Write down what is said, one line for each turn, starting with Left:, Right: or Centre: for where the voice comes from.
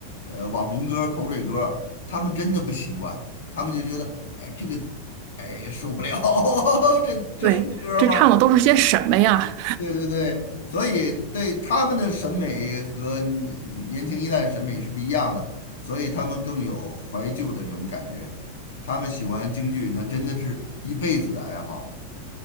Left: 呃网红歌、口水歌，他们真的不习惯，他们就觉得哎这个哎受不了，<laughs> 这这是歌吗？
Right: 对，这唱的都是些什么呀？
Left: 对对对，所以对他们的审美和年年轻一代的审美是不一样的，所以他们更有怀旧的这种感觉。他们喜欢京剧，那真的是一辈子的爱好，